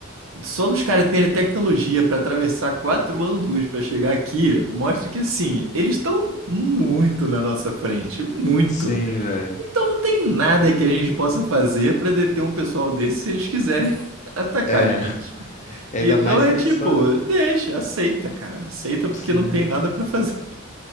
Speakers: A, on the right; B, on the left.
A: Só dos caras terem tecnologia pra atravessar 4 anos-luz pra chegar aqui, mostra que, assim, eles estão muito na nossa frente, muito.
B: Sim, velho.
A: Então não tem nada que a gente possa fazer pra deter um pessoal desse se eles quiserem <laughs> atacar
B: é
A: a gente.
B: Ainda
A: Então
B: mais
A: é
B: se
A: tipo,
B: eles forem,
A: deixa, aceita, cara. Aceita porque
B: sim.
A: não tem nada pra fazer.